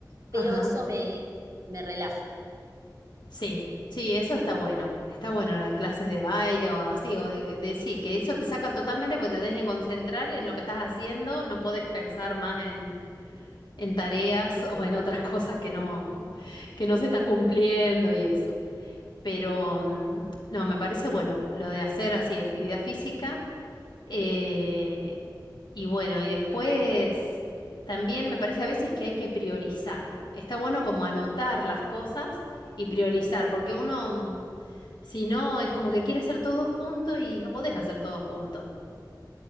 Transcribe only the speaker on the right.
pero
eso me, me relaja.